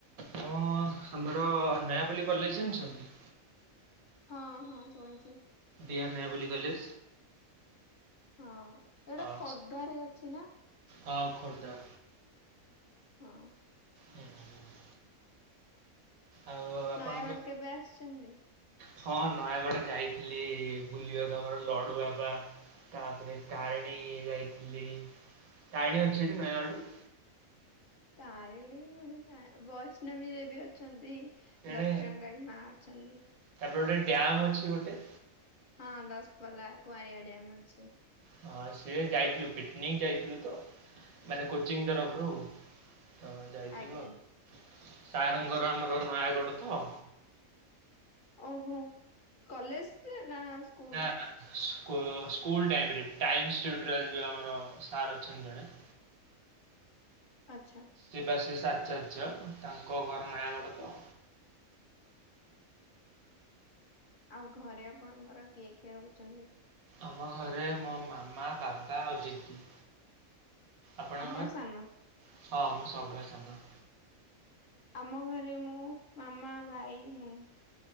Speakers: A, on the right; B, on the left.
A: ମୁଁ ଆମର ନୟାପଲ୍ଲୀ କଲେଜ ଜଣିିଛନ୍ତି?
B: ହଁ ହଁ ଶୁଣିଚି।
A: ବିହାର୍ ନୟାପଲ୍ଲୀ କଲେଜ।
B: ହଁ ଏଇଟା
A: ହଁ
B: ଖୋର୍ଦ୍ଧାରେ ଅଛି ନା?
A: ହଁ ଖୋର୍ଦ୍ଧା।
B: ହଁ।
A: ହୁଁ, ହୁଁ। ଆଉ ଆପଣଙ୍କୁ
B: ନୟାଗଡ଼ କେବେ ଆସିଛନ୍ତି?
A: ହଁ ନୟାଗଡ଼ ଯାଇଥିଲି ବୁଲିବାକୁ ଆମର ଲଡୁବାବା ତାପରେ ତାରିଣୀ ଇଏ ଯାଇଥିଲି ତାରିଣୀ ଅଛି କି ନୟାଗଡରେ?
B: ତାରିଣୀ ନା ବୈଷ୍ଣବୀ ଦେବୀ ଅଛନ୍ତି
A: ତେଣେ
B: ଦକ୍ଷିଣରେ। ତାରିଣୀ ମା ଅଛନ୍ତି।
A: ତାପରେ ଗୋଟେ ଡ୍ୟମ୍ ଅଛି ଗୋଟେ?
B: ହଁ ଦଶପଲଲା କୁଆଁରିଆ ଡ୍ୟାମ ଅଛି।
A: ହଁ ସିଏ ଯାଇଥିଲୁ ପିକନିକ୍ ଯାଇଥିଲୁ ତ ମାନେ କୋଚିଂ ଙ୍ଗି ତରଫରୁ। ତ ଯାଇଥିଲୁ
B: ଆଜ୍ଞା
A: ଆଉ। ସାରଙ୍କ ଘର ଆମର ନୟାଗଡ଼ ତ।
B: ଓହୋ କଲେଜେରେ ନା? ସ୍କୁଲ
A: ନା ନା ସ୍କୁଲ ଟାଇମରେ ଟାଇମିଷ୍ଟିଉଟୁର ଏମିତି ଆମର ସାର୍ ଅଛନ୍ତି ଜଣେ।
B: ଆଚ୍ଛା
A: ଦେବାଶିଶି ଆଚ଼ାର୍ଯ୍ୟ ତାଙ୍କ ଘର ନୟାଗଡ଼ତ।
B: ଆଉ ଘରେ ଆପଣଙ୍କର କିଏ କିଏ ରହୁଛନ୍ତି?
A: ଆମ ଘରେ ମୋ ମାମା ବାବା ଆଉ ଦିଦି। ଆପଣଙ୍କ
B: ଆପଣ
A: ପରେ?
B: ସାନ
A: ହଁ ମୁଁ ସବା ସାନ।
B: ଆମ ଘରେ ମୁଁ ମାମା ଭାଇ ମୁଁ।